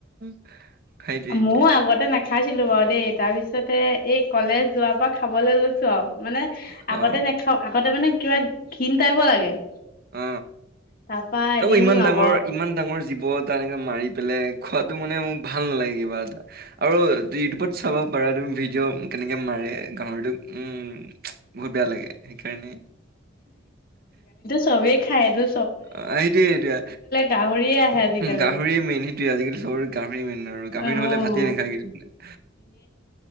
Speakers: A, on the right; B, on the left.
A: <unintelligible> সেইটোৱে
B: মোৰ আগতে না খাইছিলো বাৰু দেই তাৰপিছতে এই কলেজ যোৱাৰ পৰা খাবলৈ লৈছো আৰু। মানে
A: অ',
B: আগতে নেখাও আগতে মানে। কিবা ঘীণ টাইপৰ লাগে।
A: অ
B: তাৰপা এদিন
A: তাকো ইমান
B: লগৰ
A: ডাঙৰ ইমান ডাঙৰ জীৱ এ এনেকে মাৰি পেলাই খোৱাতটো মানে ম ভাল নালাগে কিবা এটা। আৰু টোপত চাব। পাৰ ত ভিডিঅ' কেনেকে মাৰে গাহৰিটো উম। বহুত বেয়া লাগে সেইকাৰণে।
B: চবে খায়। এটো
A: অ সেইটোয়ে এইটয়ে
B: গাহৰিয়ে আহে আজিকালি।
A: গাহৰিয় মেইন সেইটোয়ে আজিকালি চবৰে গাহৰি মেইন আৰু গাহৰি
B: অ',
A: নহলে ভাতেই নাখায় কিছুমানে